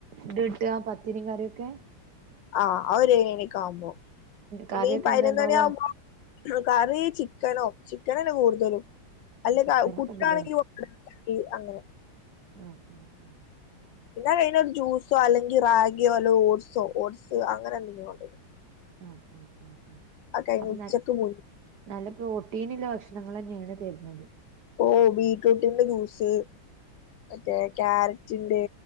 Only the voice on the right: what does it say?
ത്‌ട്ട പത്തിരിം കറിയൊക്കെ
കറിയൊക്കെ
എന്താ ഉണ്ടാവ
ചിക്കനൊക്കെ
ഉണ്ടല്ലേ
ആഹ് ആഹ് ആഹ്
ആഹ് ആഹ് ആഹ് ആഹ്
അപ്പൊ
ന
നല്ല പ്രോട്ടീന്ള്ള ഭക്ഷണങ്ങളന്നേണ് തെര്ന്നത്